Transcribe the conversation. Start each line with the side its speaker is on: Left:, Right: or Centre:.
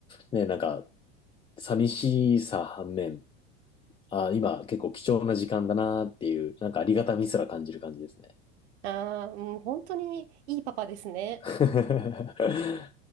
Left: ね、なんか寂しさ反面、あ、今結構貴重な時間だなっていう、なんかありがたみすら感じる感じですね。
Right: ああ、うん、本当にいいパパですね。
Left: <laughs>